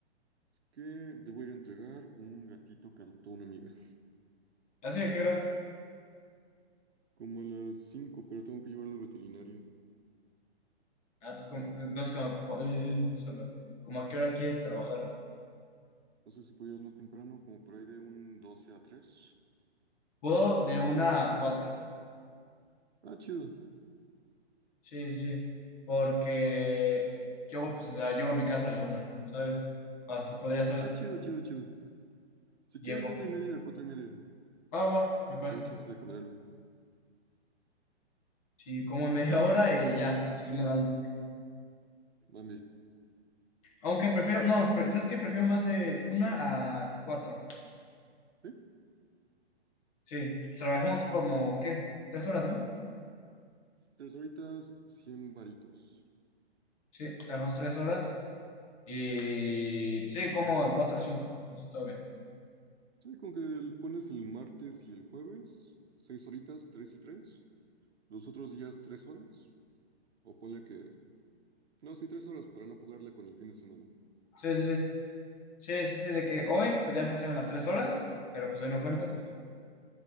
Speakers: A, on the right; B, on the left.
A: Que debo ir a entregar un gatito que adoptó una amiga.
B: ¿Así a qué hora?
A: Como a las cinco pero tengo que llevarlo al veterinario.
B: Ah, entonces, como, entonces como- co- eh, no sé hablar. ¿Cómo a qué hora quieres trabajar?
A: No sé si pudieras más temprano, como por ahí de un 12 a tres
B: Puedo de una a cuatro.
A: Ah, chido.
B: Sí, sí, sí. Porque llego, pues, o sea, llego a mi casa a la una, ¿sabes? Así podría ser,
A: Ah, chido, chido, chido. Si
B: llego.
A: quieres de una y media a cuatro y media,
B: Ah, va, me
A: para
B: parece.
A: que te dé chance de comer algo.
B: Sí, como media <laughs> hora y ya, así le dando.
A: Bambi,
B: Aunque prefiero, no, pre- ¿sabes qué? Prefiero más de una a cuatro.
A: ¿sí?
B: Sí, trabajamos como, ¿qué? Tres horas, ¿no?
A: Tres horitas, 100 varitos.
B: Sí, trabajamos tres horas y sí, como de cuatro a cinco, entonces todo bien.
A: Sí, con que le pones el martes y el jueves, seis horitas, tres y tres. Los otros días, tres horas. O ponle que... No, sí, tres horas para no jugarle con el fin de semana.
B: Sí, sí, sí. Sí, sí, sí, de que hoy, pues ya se hicieron las tres horas, pero pues hoy no cuenta.
A: Ajá,